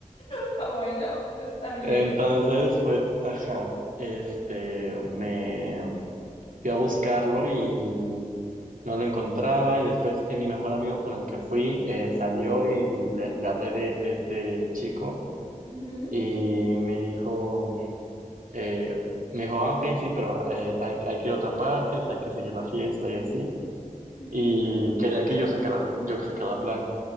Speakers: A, on the left; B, on the right.
A: <laughs> Bueno, pues está bien.
B: Entonces, pues, ajá, este, me fui a buscarlo y no lo encontraba y después eh, mi mejor amigo con el que fui eh, salió y, y le, le hablé de, de este chico
A: Ujú,
B: y me dijo, eh, me dijo, ah, ok, sí, pero eh, hay, hay que ir a otra parte, o sea, hay que seguir la fiesta y así.
A: ujú,
B: Y quería que yo sacara, yo que sacara plan,